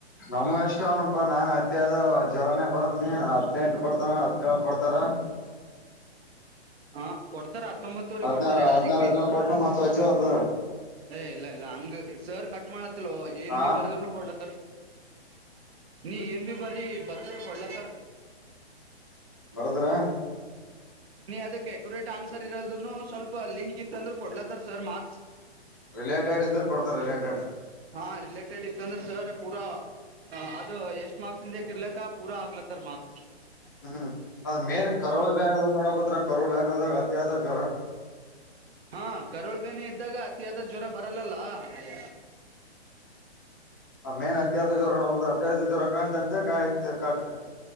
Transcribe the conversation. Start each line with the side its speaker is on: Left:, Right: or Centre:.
Left: ನಮ ಎಷ್ಟ ಅವನಪಾ ನಾನ್ ಆ ಮದ ಜ್ವರನೇ ಬರಂದ್ ನೀ ಹದಿನನೆಂಟು ಕೊಡ್ತಾರ ಹದಿನೇಳ ಕೊಡ್ತಾರ
Right: ಹಾ ಕೊಡ್ತಾರ ಹತ್ತೊಂಬತ್ತೂ್ರಿಗೆ
Left: ಹದ್ನಾರ
Right: ಕೊಡ್ತಾರ ಯಾರಗ್
Left: ಹದ್ನಾರ
Right: ಬೀ.
Left: ಹದ್ನೇಳು ಕೊಟ್ನ ಮತ್ ವಜ್ಜು ಆತದ
Right: ಏ ಇಲ್ಲ ಇಲ್ಲ ಹಂಗ ಸರ್ ಕಟ್ ಮಾಡ್ಲತ್ತಲ್ ಏನ್
Left: ಹಾ
Right: ಬಿ ಬರ್ದ್ರನು ಕೊಡ್ಲತ್ತರ್ ನೀ ಏನ್ ಬಿ ಬರರಿ ಬರ್ದ್ರ ಕೊಡ್ಲತ್ತಾರ.
Left: ಬರೋದ್ರ
Right: ನೀ ಅದಕ್ ಅಕ್ಯುರೇಟ್ ಆನ್ಸರ್ ಇರಲ್ದನು ಸ್ವಲ್ಪ ಲಿಂಕ್ ಇತ್ತ ಅಂದ್ರರು ಕೊಡ್ಲತ್ತಾರ ಸ್ವಲ್ಪ ಮಾರ್ಕ್ಸ್.
Left: ರಿಲೇಟೆಡ್ ಇದ್ರರು ಕೊಡ್ತಾರೆ ರಿಲೇಟೆಡ್
Right: ಹಾ ರಿಲೇಟೆಡ್ ಇತ್ತಂದ್ರೆ ಸರ್ ಪೂರಾ ಹ ಅದು ಎಷ್ಟ್ ಮಾರ್ಕ್ಸ್ ಇಂದ ಇರ್ಲಕ್ಕ ಪೂರ ಆಗ್ಲತ್ತರ್ ಮಾರ್ಕ್ಸ್
Left: ಹ್ಮ್ ಅದ ಮೇನ್ ಕರಾವ ಬಏನ ನೋಡಕತ್ರ ಕರುಬನದ ಅತ್ಯದ ಜ್ರ
Right: ಹಾ ಕರುಳುಬೇನೆ ಇದ್ದಾಗ ಅತಿಯಾದ ಜ್ವರ ಬರಲ್ಲಲ್ಲಯ
Left: ಆ ಮೇನ್ ಅತ್ಯಾಸ ಜ್ವರ ನ ಹೋುದು ಅತ್ಯ ಜ್ವರ ಕಾಣತ ಅಂತ ಕ ಆಯ್ತ್ ಕ